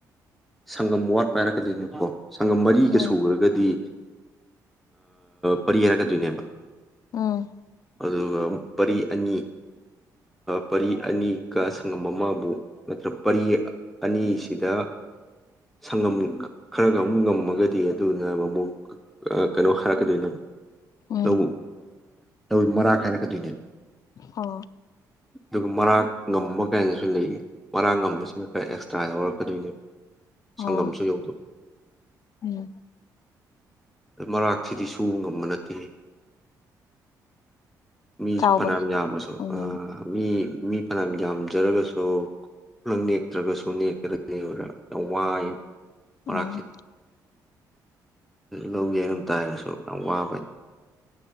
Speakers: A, in the centre; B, on the left.
A: ꯁꯪꯒꯝ ꯋꯥꯠ ꯄꯥꯏꯔꯛꯀꯗꯣꯏꯅꯦꯕꯀꯣ ꯁꯪꯒꯝ ꯃꯔꯤꯒ
B: ꯎꯝ
A: ꯁꯨꯈ꯭ꯔꯒꯗꯤ ꯄꯔꯤ ꯌꯥꯔꯛꯀꯗꯣꯏꯅꯦꯕ
B: ꯎꯝ
A: ꯑꯗꯨꯒ ꯄꯔꯤ ꯑꯅꯤ ꯄꯔꯤ ꯑꯅꯤꯒ ꯁꯪꯉꯝ ꯑꯃꯕꯨ ꯅꯠꯇ꯭ꯔ ꯄꯔꯤ ꯑꯅꯤꯁꯤꯗ ꯁꯪꯒꯝ ꯈꯔꯒ ꯑꯃꯨꯛ ꯉꯝꯃꯒꯗꯤ ꯑꯗꯨꯅ ꯑꯃ ꯑꯃꯛ ꯀꯩꯅꯣ ꯍꯥꯏꯔꯛꯀꯗꯣꯏꯅ
B: ꯎꯝ
A: ꯇꯧ ꯇꯧꯤ ꯃꯔꯥ ꯈꯥꯏꯔꯛꯀꯗꯣꯏꯅꯦ
B: ꯑꯣ
A: ꯑꯗꯨꯒ ꯃꯔꯥꯡ ꯉꯝꯕ ꯀꯥꯏꯅꯁꯨ ꯂꯩꯌꯦ ꯃꯔꯥꯡ ꯉꯝꯕꯁꯤꯅ ꯈꯔ ꯑꯦꯛꯁꯇ꯭ꯔꯥꯗ ꯂꯧꯔꯛꯀꯗꯣꯏꯅꯦꯕ
B: ꯑꯣ
A: ꯁꯪꯒꯝꯁꯨ ꯌꯧꯗꯣꯏ
B: ꯎꯝ
A: ꯃꯔꯥꯛꯁꯤꯗꯤ ꯁꯨꯕ ꯉꯝꯕ ꯅꯠꯇꯦ ꯃꯤ
B: ꯆꯥꯎꯕꯒꯤ
A: ꯐꯅꯌꯥꯝ ꯌꯥꯝꯃꯁꯨ
B: ꯎꯝ
A: ꯃꯤ ꯃꯤ ꯐꯅꯌꯥꯝ ꯌꯥꯝꯖꯔꯒꯁꯨ ꯂꯪ ꯅꯦꯛꯇ꯭ꯔꯒꯁꯨ ꯅꯦꯛꯀ꯭ꯔꯒ ꯌꯥꯝ ꯋꯥꯏꯑ
B: ꯎꯝ
A: ꯃꯔꯥꯛꯁꯤ ꯂꯧ ꯌꯦꯡꯉꯝ ꯇꯥꯔꯒꯁꯨ ꯌꯥꯝ ꯋꯥꯕꯅꯤ